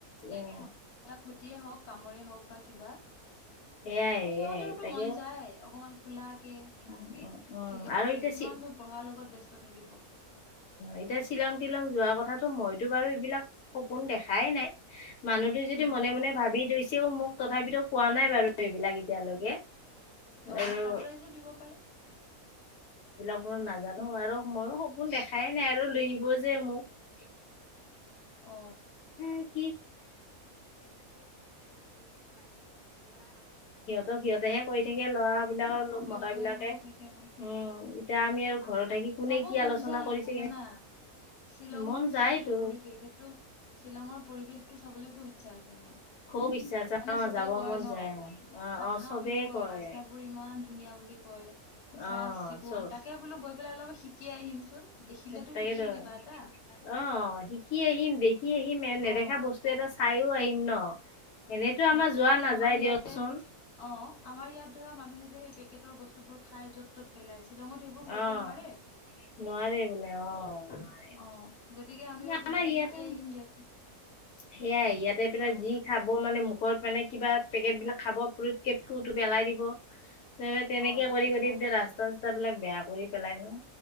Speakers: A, on the left; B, on the left.
A: উম।
B: খতিয়ে হওঁক কামৰে হওঁক বা কিবা
A: সেইয়াই
B: সিহঁতৰটো
A: সেইয়াই তাকে
B: মন যায় অকমান। খোলাকে
A: উম উম উম
B: খেলিবলৈ
A: আৰু এতিয়া
B: কিমানো
A: চি
B: পঢ়াৰ লগত ব্যস্ত থাকিব।
A: এতিয়া শ্বিলং তিলং যোৱা কথাটো মইতো বাৰু এইবিলাক সপোন দেখাই নাই। মানুহটো যদি
B: উম,
A: মনে মনে ভাবি থৈছেও মোক তথাপিতো কোৱা নাই বাৰু। এইবিলাক এতিয়ালৈকে
B: অ',
A: আৰু।
B: ছাৰপ্ৰাইজো দিব পাৰে
A: এইবিলাক মই নাজানোঁ আৰু মইও সপোন দেখাই নাই আৰু লৈ যাৱ যে মোক।
B: অ।
A: উম। <inaudible> তাতেহে কৰি থাকে ল'ৰা বিলাকৰ লগ
B: অ', সিহঁতেহে
A: মতা বিলাকে,
B: কৰি থাকে
A: উম এতিয়া আমি আৰু ঘৰত থাকি কোনে
B: যাব
A: কি
B: মন
A: আলোচনা
B: যায়
A: কৰিছে
B: কি জানা শ্বিলঙৰ
A: কেনে মন যায়তো
B: যে যিটো পৰিৱেশ সেইটো শ্বিলঙৰ পৰিৱেশটো চাবলৈ খুব ইচ্ছা আছে মোৰ।
A: খুব ইচ্ছা আছে
B: মানে
A: অ
B: চবেই
A: যাব
B: কয়
A: মন
B: ন
A: যায় অ
B: চাফা
A: অ চবেই
B: বুলি
A: কয়।
B: ৰাস্তাবোৰ ইমান ধুনীয়া বুলি কয় চাপ
A: অ
B: চিকুণ
A: চব
B: তাকে বোলো গৈ পেলাই অলপ শিকি আহিম চোন, দেখিলেতো
A: তাকেতো
B: শিকিম কিবা এটা।
A: অ শিকি আহিম দেখি আহিম এ নেদেখা
B: অ
A: বস্তু এটা চাইও আহিম ন। এনেতো
B: <inaudible>
A: আমাৰ যোৱা নাযায় দিয়কচোন।
B: বস্তুবোৰ খাই য'ত
A: অ', নোৱাৰে
B: <inaudible>
A: বোলে অ', নোৱাৰে।
B: আমিও
A: আমাৰ
B: কিবা এটা
A: ইয়াতে,
B: শিকি আহিম দিয়াচোন
A: সেয়াই ইয়াতে পাই
B: অ
A: যি খাব মানে মু ত মানে কিবা পেকেটবিলাক খাব থুটো পেলাই দিব তাৰ তেনেকে
B: অ য'তে
A: কৰি এইবিলাক
B: ত'তে
A: ৰাস্তা-চাস্তাবিলাক বেয়া কৰি পেলাই ন,